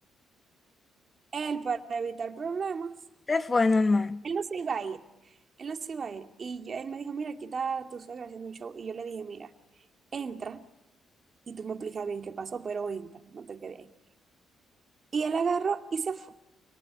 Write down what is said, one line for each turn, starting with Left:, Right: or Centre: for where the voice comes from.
Right: Él, para evitar problemas,
Left: Se fue, normal.
Right: él no se iba a ir, él no se iba a ir. Y yo- él me dijo, mira, aquí está tu suegra haciendo un show. Y yo le dije, mira, entra y tú me explicas bien qué pasó, pero entra, no te quedes ahí. Y él agarró y se fue